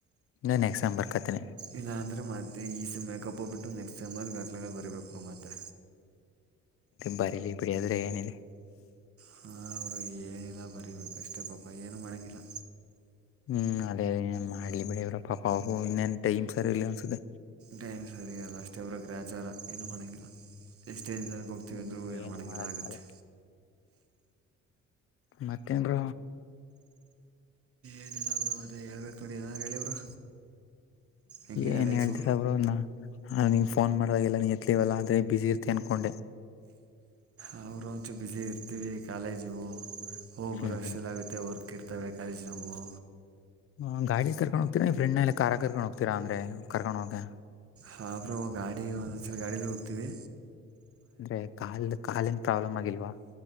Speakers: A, on the left; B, on the right.
A: ಇ ನೆಕ್ಸ್ಸಂಬರ್ಕತೆ
B: ಇಲ್ಲ ಅಂದರೆ ಮತ್ತೆ ಈ ಸ ಮೇಕಪ್ ಹೋಗಿಬಿಟ್ಟು ನೆಕ್ಸ್ಟ್ ಟೈಮಲ್ಲಿ ಬ್ಯಾಕ್ಲಾಗ ಬರೀಬೇಕ್ರರು ಮತ್ತೆ
A: ಬಾರಿಲಿ ಬಿಡಿಯಾದರೆ ಏನಿದೆ
B: ಹಾಂ ಅವರು ಏನಿಲ್ಲ ಬರಿಬೇಕು ಅಷ್ಟೇ ಪಾಪ ಏನೂ ಮಾಡೋಂಗಿಲ್ಲ
A: ಹ್ಮ್ ಅದೇ ಅದೇನ್ ಮಾಡ್ಲಿ ಬಿಡ ಇ್ರಪ್ಪಾ ಅವರು ಇನ್ನೇನ್ ಟೈಮ್ ಸರಿ ಇಲ್ಲ ಅನ್ಸುತ್ತೆ
B: ಡೇಮ್ ಸರಿ ಇಲ್ಲ ಅಷ್ಟೇ ಒಬ್್ರ ಗ್ರ ಆಚಾರ ಏನು ಮನೆ ಲ್ಲ ಎಷ್ಟೇನು ಜನಕ್ಕೆ ಹೋಗ್ತೀವಿ
A: ಹ್ಮ್
B: ಅಂದರೂ ಏನು ಮಾಡೋಂಗಿಲ್ಲ
A: ಮಾಡಕ್ಕಾಗಲ್ಲ
B: ಆಗುತ್ತೆ
A: ಮತನ್ ರ
B: ಏನಿಲ್ಲ ಬ್ರೋ ಅದೇ ಹೇಳ್ಬೇಕು ನೋಡಿ ಏನಾದ್ರು ಹೇಳಿ ಬ್ರೋ ಹೆಂಗಿದೆ
A: ಏನ್
B: ಲೈಫು
A: ಹೇಳ್ತೀರಬ್ರನ್ನ ಹಾಂ ನಿಂಗ ಫೋನ್ ಮಾಡ್ದಾಗೆಲ್ಲ ನೀನ್ ಎತ್ಲವಲ್ಲ ಆದ್ರೆ ಬಿಸಿಸಿ ಇತತೆ ಅನ್ಕೊಂಡೆ
B: ಅವರು ಒಂಚೂ ಬಿಸಿಿ ಇರ್ತೀವಿ ಕಾಲೇಜು ಹೋಗ್ಬರು
A: ಹ್ಮ್
B: ಅಷ್ಟೆಲ್ಲಗುತ್ತೆ
A: ಹ್ಮ್
B: ವರ್ಕ್ ಇರ್ತವೆ ಕಾಲೇಜ್ ನವು
A: ಹ ಗಾಡಿಿಗೆ ಕರ್ಕೊಂಡ್ ಹೋಗತರಾ ಈ ಫ್ರೆ್ ಎಲ್ಲ ಕಾರಾಗ ಕರ್ಕೊಂಡ್ ಹೋಗ್ತೀರ ಅಂದ್ರೆ ಕರ್ಕೊಂಡ್ ಹೋಗಿ
B: ಹಾಬ್ರ ಗಾಡಿ ಒಂದೊಂದ್ಸಲ ಗಾಡಿಲಿ ಹೋಗ್ತಿೀವಿ
A: ಅಂದ್ರೆ ಕಾಲ್ ಕಾಲ ನ್ ಪ್ರಾಬ್ಲಮ್ ಆಗಿಲ್ವಾ